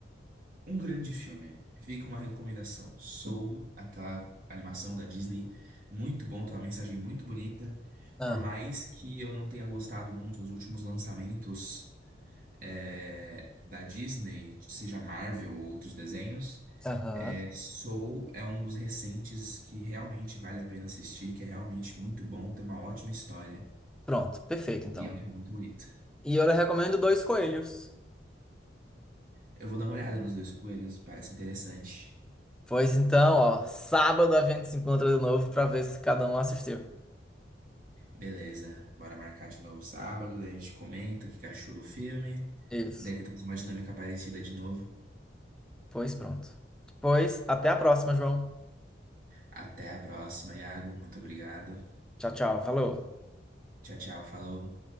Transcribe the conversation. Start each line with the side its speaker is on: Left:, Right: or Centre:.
Right: Um grande filme. Fica uma recomendação. Soul, aquela animação da Disney, muito bom, tem uma mensagem muito bonita.
Centre: Ah,
Right: Por mais que eu não tenha gostado muito dos últimos lançamentos. é, da Disney, seja Marvel ou outros desenhos.
Centre: Aham.
Right: É, Soul é um dos recentes que realmente vale a pena assistir, que é realmente muito bom, tem uma ótima história
Centre: Pronto, perfeito então.
Right: e é um filme muito bonito.
Centre: E eu lhe recomendo Dois Coelhos.
Right: Eu vou dar uma olhada nos dois coelhos, parece interessante.
Centre: Pois então, ó, sábado a gente se encontra de novo pra ver se cada um assistiu.
Right: Beleza, bora marcar de novo sábado, daí a gente comenta o que que achou do filme,
Centre: Isso.
Right: daí tentamos uma dinâmica parecida de novo.
Centre: Pois pronto. Pois, até a próxima, João.
Right: Até a próxima, Iago, muito obrigado.
Centre: Tchau, tchau. Falou.
Right: Tchau, tchau, falou.